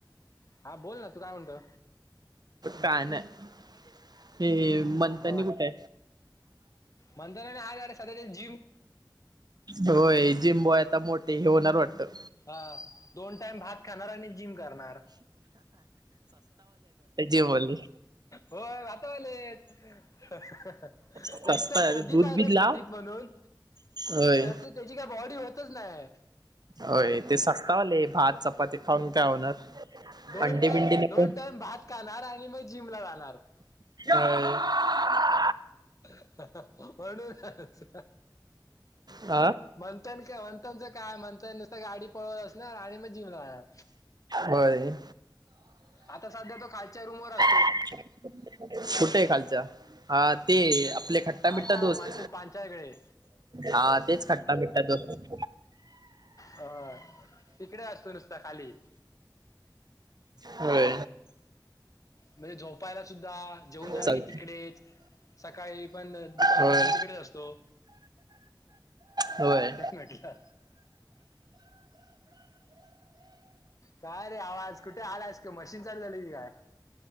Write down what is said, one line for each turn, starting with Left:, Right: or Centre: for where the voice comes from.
Left: हा बोल ना, तू काय म्हणतो?
Right: काय नाही हे
Left: हम्म
Right: मंथनी
Left: म वा
Right: कुठे
Left: मंदार आणि <unintelligible>
Right: होय जिम्बो आहे. आता मोठे हे होणार वाटत,
Left: हा दोन टाइम भात खाणार, आणि जिम करणार.
Right: तू बोली,
Left: हो आता आले. अहह
Right: सस्ता
Left: एक तर प्रदीप
Right: दूध
Left: आहे.
Right: बीध
Left: रे प्रदीप
Right: लाव
Left: म्हणून,
Right: होय
Left: त्यातन त्याची काय बॉडी होतच नाय
Right: होय ते सस्तावले भात चपाती, खाऊन काय होणार
Left: दोन
Right: अंडी
Left: टाईम,
Right: बिंडी नको
Left: दोन टाईम भात खाणार आणि मग जिम ला जाणार.
Right: अय
Left: अह़ह म्हणूनच,
Right: आ
Left: मंथन काय मंथनचं काय मंथन नुसत गाडी पळवत असणार, आणि मग जिमला ला जाणार.
Right: व्हय,
Left: आता सध्या खालच्या रूमवर अस
Right: कुठे हे खालच्या, हा ते आपले खट्टा
Left: कालच्या
Right: - मिठठा दोस्त
Left: मंथन पांचाकडे
Right: हा, तेच खट्टा- मिठठा दोस्त.
Left: अ तिकडे असतो नुसता खाली.
Right: होय!
Left: म्हणजे झोपायला सुद्धाआ, जेऊन झालं
Right: चल
Left: की तिकडेच सकाळी, पण दुपार
Right: होय
Left: पाासून तिकडेच असतो, हम्
Right: होय
Left: तेच म्हटल, काय रे, आवाज कुठे आलायस तू मशीन चालू झाली की काय,